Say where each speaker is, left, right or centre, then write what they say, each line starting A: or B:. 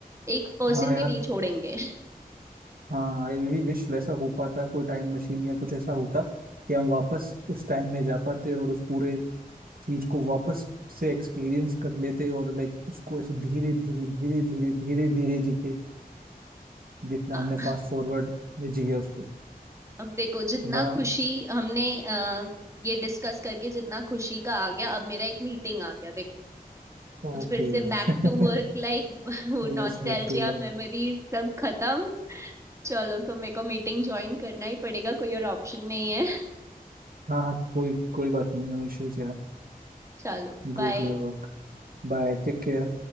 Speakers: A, on the right; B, on the right.
A: एक परसेंट
B: हाँ यार
A: भी नहीं छोड़ेंगे
B: हाँ आई रियली विश वैसा हो पाता कोई टाइम मशीन या कुछ ऐसा होता कि हम वापस उस टाइम में जा पाते और उस पूरे चीज को वापस से एक्सपीरियंस कर लेते और लाइक उसको ऐसे धीरे धीरे धीरे धीरे धीरे धीरे जीते जितना
A: <laughs> हाँ
B: हमने फास्ट फॉरवर्ड में जिया उसको
A: अब देखो जितना
B: बड़ा
A: खुशी हमने अ, ये डिस्कस करके जितना खुशी का आ गया अब मेरा एक मीटिंग आ गया देखो
B: Okay
A: तो फिर से
B: <laughs>
A: बैक टू वर्क लाइक <laughs> वो
B: Yes
A: नॉस्टैल्जिया
B: back to work
A: मेमोरीज सब खत्म चलो सो मेरे को मीटिंग ज्वाइन करना ही पड़ेगा कोई और ऑप्शन नहीं है
B: <laughs> हाँ हाँ कोई कोई बात नहीं नो इश्यूज यार
A: चलो बाय
B: Go to your work Bye take care